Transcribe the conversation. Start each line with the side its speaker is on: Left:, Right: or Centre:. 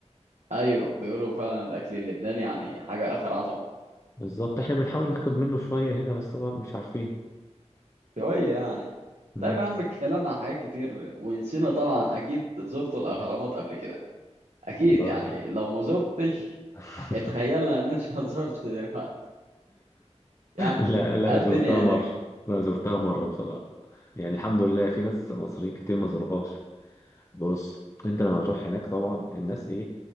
Right: أيوة بيقولوا فعلا الأكل اللبناني يعني حاجة آخر عظمة
Left: بالظبط احنا بنحاول ناخد منه شوية هنا بس طبعا مش عارفين
Right: شوية يعني
Left: مم.
Right: طيب يا عم اتكلمنا عن حاجات كتير ونسينا طبعا أكيد زرت الأهرامات قبل كده أكيد
Left: والله
Right: يعني لو ما زرتش
Left: <laughs>
Right: اتخيلنا إن أنت <laughs> زرت دلوقتي يعني
Left: لا لا
Right: إيه الدنيا
Left: زرتها
Right: هناك
Left: مرة لا زرتها مرة بصراحة يعني الحمد لله في ناس مصريين كتير ما زوروهاش بص انت لما تروح هناك طبعا الناس ايه